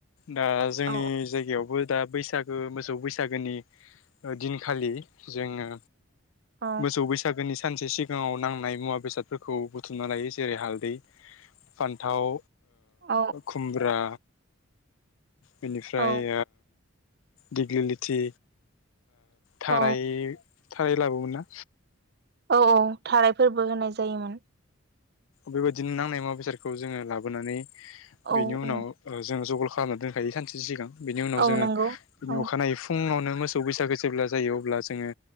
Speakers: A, on the left; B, on the right.
A: दा जोंनि
B: औ
A: जायगायावबो दा बैसागो मोसौ बैसागोनि दिनखालि जोङो
B: औ
A: मोसौ बैसागोनि सानसे सिगाङाव नांनाय मुवा बेसादफोरखौ बुथुमना लायो जेरै हालदै फान्थाव
B: औ
A: खुमब्रा बेनिफ्राय
B: औ
A: दिगलिलथि थाराइ
B: औ
A: ओ थाराइ लाबोमोनना
B: औ औ थारायफोरबो होनाय जायोमोन
A: बेबायदिनो नांनाय मुवा बेसादखौ जोङो लाबोनानै
B: औ
A: बेनि उनाव
B: औ
A: जोङो जग खालामना दोनखायो सानसे सिगां बिनि उनाव
B: औ
A: जोङो
B: नंगौ
A: बिनि
B: औ
A: अखानायै फुनावनो मोसौ बैसागो जेब्ला जायो अब्ला जोङो